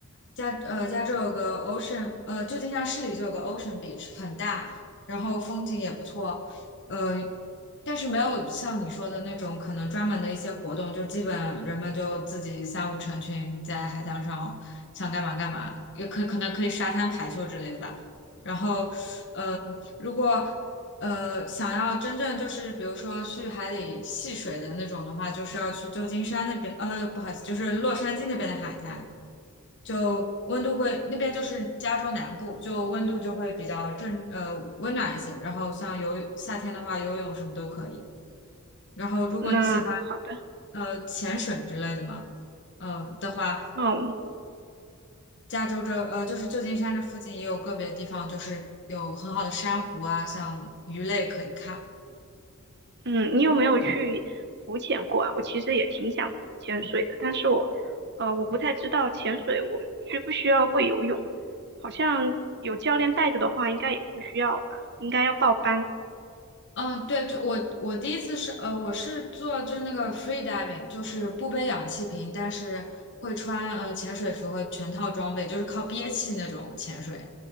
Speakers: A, on the left; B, on the right.
A: 加呃加州有个 Ocean，呃，旧金山市里就有个 Ocean Beach，很大，然后风景也不错，呃，但是没有像你说的那种可能专门的一些活动，就基本人们就自己三五成群在海滩上想干嘛干嘛，也可可能可以沙滩排球之类的吧。然后如果呃想要真正就是比如说去海里戏水的那种的话，就是要去旧金山那边，呃，不好意思，就是洛杉矶那边的海滩，就温度会那边就是加州南部，就温度就会比较正呃温暖一些。然后像游夏天的话，游泳什么都可以。然后如果你喜欢
B: 那好的，
A: 呃潜水之类的嘛，呃的话，
B: 嗯。
A: 加州这呃就是旧金山这附近也有个别地方就是有很好的珊瑚啊，像鱼类可以看。
B: 嗯，你有没有去浮潜过啊？我其实也挺想潜水的，但是我，呃，我不太知道潜水我需不需要会游泳，好像有教练带着的话，应该也不需要吧，应该要报班。
A: 嗯，对，就我我第一次是呃，我是做就是那个 free diving，就是不背氧气瓶，但是会穿呃潜水服和全套装备，就是靠憋气那种潜水。